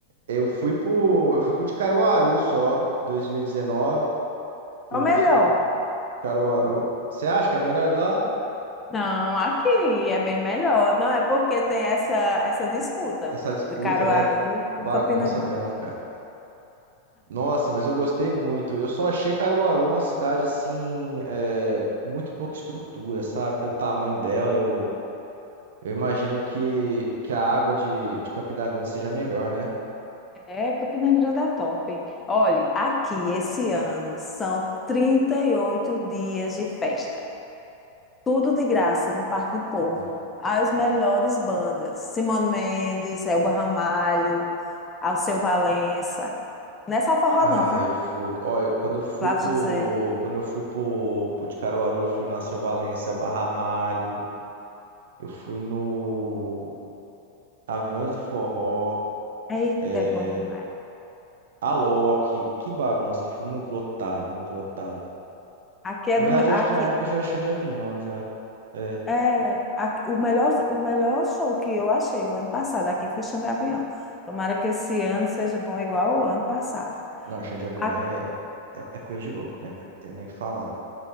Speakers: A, on the right; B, on the left.
A: Eu fui pro, eu fui pro de Caruaru só, em 2019, o
B: Ou melhor?
A: São João de Caruaru. Você acha que é melhor de lá?
B: Não, aqui é bem melhor. Não é porque tem essa essa disputa
A: Essa disputa,
B: de Caruaru
A: né?
B: com
A: Bagunça
B: Campina Grande.
A: mesmo, cara. Nossa, mas eu gostei muito. Eu só achei Caruaru uma cidade, assim, é, com muito pouca estrutura, sabe? Pelo tamanho dela, eu... Eu imagino que, que a água de, de Campina Grande seja melhor, né?
B: É, Campina Grande é top. Olhe, aqui esse ano são 38 dias de festa. Tudo de graça no Parque do Povo.
A: Ó.
B: As melhores bandas. Simone Mendes, Elba Ramalho, Alceu Valença. Não é só forró,
A: Ah,
B: não, viu?
A: eu fui. Ó, eu- quando eu fui
B: Flávio
A: pro.
B: José.
A: Quando eu fui pro, pro de Caruaru, eu fui no Alceu Valença, Barra Malho, eu fui no Aviões do Forró,
B: Eita,
A: é,
B: é bom demais.
A: Alok, que bagunça, que foi muito lotado, muito lotado.
B: Aqui é
A: Na verdade,
B: do. me-
A: eu
B: Aqui
A: acho que na época já era chão de avião já. É.
B: era. aqui- o melhor, o melhor show que eu achei o ano passado aqui foi Xande Avião. Tomara que esse ano seja bom igual o ano passado.
A: Não, chão de avião
B: A-
A: é, é, é coisa de louco, né, cara? Tem nem o que falar.